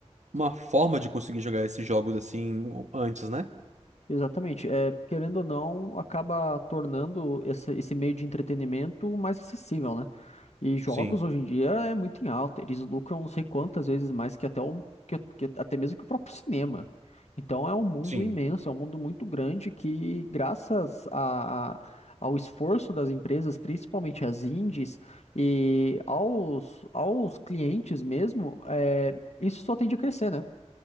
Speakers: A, on the right; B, on the left.
A: uma forma de conseguir jogar esses jogos assim antes, né?
B: Exatamente. É, querendo ou não, acaba tornando esse, esse meio de entretenimento mais acessível, né? E jogos
A: Sim,
B: hoje em dia é muito em alta. Eles lucram não sei quantas vezes mais que até, um, que, que até mesmo que o próprio cinema. Então é um mundo
A: sim,
B: imenso, é um mundo muito grande que, graças a, a- ao esforço das empresas, principalmente as indies, e aos, aos clientes mesmo, é, isso só tende a crescer, né?